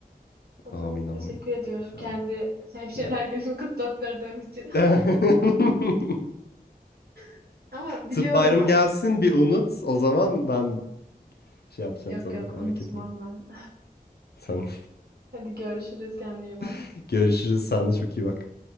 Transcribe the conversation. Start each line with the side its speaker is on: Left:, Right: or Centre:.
Right: O
Left: Amin
Right: zaman
Left: amin.
Right: teşekkür ediyorum.
Left: İnşallah.
Right: Kendi <laughs> hemşireler
Left: Ben-
Right: gözümü kutlattırdığım için.
Left: <laughs>
Right: <laughs> Ama biliyordum.
Left: Tıp bayram
Right: Ha...
Left: gelsin bir unut. O zaman ben şey yapacağım
Right: Yok
Left: sana
Right: yok
Left: merak
Right: unutmam
Left: etme.
Right: ben.
Left: Tamam.
Right: <laughs> Hadi görüşürüz. Kendine iyi bak.
Left: <laughs> Görüşürüz. Sen de çok iyi bak.